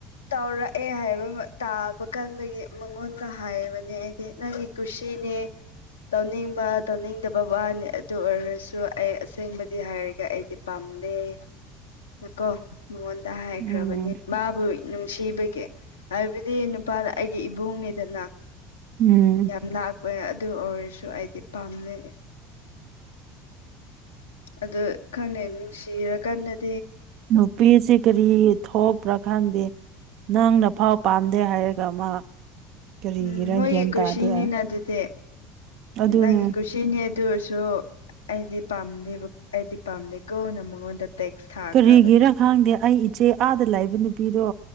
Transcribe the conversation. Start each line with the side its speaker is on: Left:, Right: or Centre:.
Left: ꯇꯧꯔꯛꯑꯦ ꯍꯥꯏꯕ ꯇꯥꯕ ꯀꯥꯟꯗꯒꯤ ꯃꯉꯣꯟꯗ ꯍꯥꯏꯕꯅꯦ ꯑꯩꯗꯤ ꯅꯪꯒꯤ ꯀꯨꯁꯤ ꯁꯤꯅꯤ ꯇꯧꯅꯤꯡꯕ ꯇꯧꯅꯤꯡꯗꯕ ꯋꯥꯅꯤ ꯑꯗꯨ ꯑꯣꯏꯔꯁꯨ ꯑꯩ ꯑꯁꯦꯡꯕꯗꯤ ꯍꯥꯏꯔꯒ ꯑꯩꯗꯤ ꯄꯥꯝꯅꯩ ꯀꯣ ꯃꯉꯣꯟꯗ ꯍꯥꯏꯈ꯭ꯔꯕꯅꯤ
Right: ꯎꯝ
Left: ꯃꯥꯕꯨ ꯅꯨꯡꯁꯤꯕꯒꯤ ꯍꯥꯏꯕꯗꯤ ꯅꯨꯄꯥꯅ ꯑꯩꯒꯤ ꯏꯕꯨꯡꯅꯤꯗꯅ
Right: ꯎꯝ
Left: ꯂꯅꯥꯥꯛꯄ ꯑꯗꯨ ꯑꯣꯏꯔꯁꯨ ꯑꯩꯗꯤ ꯄꯥꯝꯅ ꯑ ꯈꯪꯅꯩ ꯅꯨꯡꯁꯤꯔ ꯀꯥꯟꯟꯅꯗꯤ
Right: ꯅꯨꯄꯤꯁꯤ ꯀꯔꯤ ꯊꯣꯛꯄ꯭ꯔꯥ ꯈꯪꯗꯦ ꯅꯪꯅ ꯐꯥꯎ ꯄꯥꯝꯗꯦ ꯍꯥꯏꯔꯒ ꯃꯥ ꯀꯔꯤꯒꯤꯔ
Left: ꯎꯝ ꯍꯣꯏꯒꯤ
Right: ꯒ꯭ꯌꯥꯟ
Left: ꯀꯨꯁꯤꯅꯤꯅ
Right: ꯇꯥꯗꯦ ꯑꯩ
Left: ꯑꯗꯨꯗꯤ
Right: ꯑꯗꯨꯅꯦ
Left: ꯅꯪ ꯈꯨꯁꯤꯅꯦ ꯍꯥꯏ ꯑꯗꯨꯁꯨ ꯑꯩꯗꯤ ꯄꯥꯝꯗꯦ ꯑꯩꯗꯤ ꯄꯥꯝꯗꯦꯀꯣꯅ ꯃꯉꯣꯟꯗ ꯇꯦꯛꯁ ꯊꯥꯈ꯭ꯔꯕꯅꯦ
Right: ꯀꯔꯤꯒꯤꯔꯥ ꯈꯪꯗꯦ ꯑꯩ ꯆꯦ ꯑꯥꯗ ꯂꯩꯕ ꯅꯨꯄꯤꯗꯣ